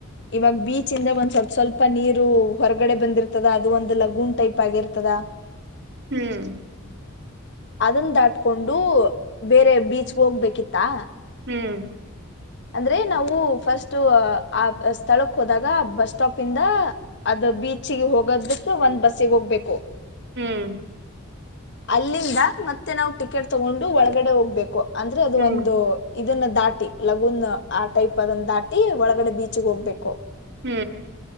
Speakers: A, on the left (about 55°); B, on the right (about 55°).
A: ಇವಾಗ ಬೀಚ್ ಇಂದ ಒಂದ್ ಸ್ವಲ್ಪ ಸ್ವಲ್ಪ ನೀರು ಹೊರಗಡೆ ಬಂದಿರ್ತದ ಅದು ಒಂದು ಲಗೂನ್ ಟೈಪ್ ಆಗಿರ್ತದಾ
B: ಹ್ಮ್
A: ಅದನ್ನ ದಾಟ್ಕೊಂಡು ಬೇರೆ ಬೀಚ್ಗೆ ಹೋಗ್ಬೇಕಿತ್ತಾ
B: ಹ್ಮ್
A: ಅಂದ್ರೆ ನಾವು ಫಸ್ಟ್ ಆ ಸ್ಥಳಕ್ ಹೋದಾಗ ಆ ಬಸ್ ಸ್ಟಾಪ್ ಇಂದ ಅದ ಬೀಚ್ಗಿ ಹೋಗದಕ್ ಒಂದ್ ಬಸ್ಸಿಗೆ ಹೋಗ್ಬೇಕು
B: ಹ್ಮ್
A: ಅಲ್ಲಿಂದ ಮತ್ತೆ ನಾವು ಟಿಕೆಟ್ ತಗೊಂಡು ಒಳಗಡೆ ಹೋಗ್ಬೇಕು ಅಂದ್ರೆ ಅದು
B: ಹ್ಮ್
A: ಒಂದು ಇದನ್ನ ದಾಟಿ ಲಗುನ್ ಆ ಟೈಪ್ ಅದನ್ನ ದಾಟಿ ಒಳಗಡೆ ಬೀಚ್ಗ ಹೋಗ್ಬೇಕು
B: ಹ್ಮ್